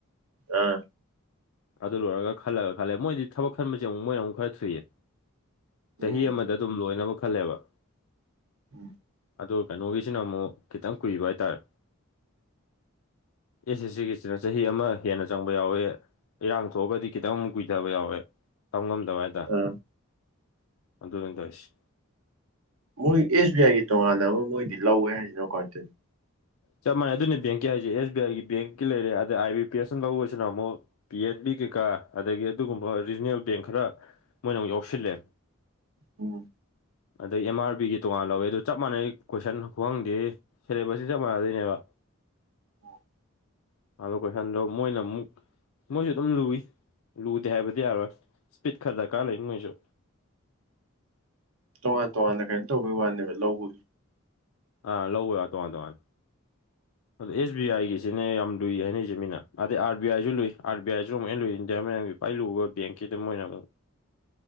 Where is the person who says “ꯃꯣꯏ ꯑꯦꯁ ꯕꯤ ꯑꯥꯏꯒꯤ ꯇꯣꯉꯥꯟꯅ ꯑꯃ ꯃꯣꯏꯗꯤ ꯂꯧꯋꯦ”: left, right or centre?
Right